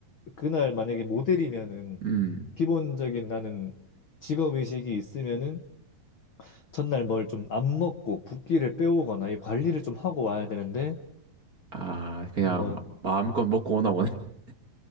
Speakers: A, on the left; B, on the right.
A: 그날 만약에 모델이면은
B: 음.
A: 기본적인 나는 직업 의식이 있으면은 전날 뭘 좀 안 먹고 붓기를 빼오거나 이 관리를 좀 하고 와야 되는데
B: 아, 그냥
A: 뭐
B: 마음껏 먹고 오나 보네. <laughs>